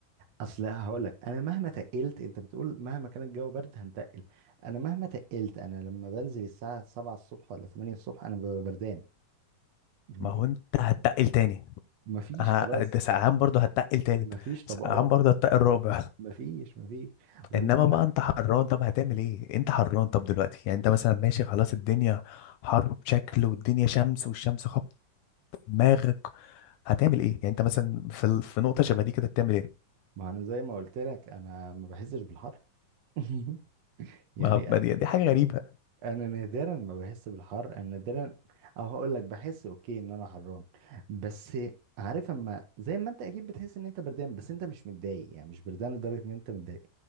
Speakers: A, on the right (about 60°); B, on the left (about 75°).
A: اصل هقول لك انا مهما تقلت انت بتقول مهما كان الجو برد هنتقل انا مهما تقلت انا لما بنزل الساعه 7 الصبح ولا 8 الصبح انا ببقى بردان <laughs>
B: ما هو انت هتتقل تاني
A: مفيش
B: ه-
A: خلاص
B: ده سقعان برضه هتتقل تالت
A: مفيش طبقات
B: سقعان برضه هتتقل رابع
A: مفيش مفيش ولا
B: انما
A: لما
B: بقى انت حران طب هتعمل ايه انت حران طب دلوقتي يعني انت مثلا ماشي خلاص الدنيا حر بشكل والدنيا شمس والشمس خبط دماغك هتعمل ايه يعني انت مثلا في ال- في نقطه شبه دي كده بتعمل ايه
A: ما انا زي ما قلت لك انا ما بحسش بالحر <laughs> يعني
B: ما هو- ما دي, دي حاجه غريبه
A: انا نادرا ما بحس بالحر انا نادرا او هقول لك بحس اوكي ان انا حران بس عارف اما زي ما انت اكيد بتحس ان انت بردان بس انت مش متضايق يعني مش بردان لدرجه ان انت متضايق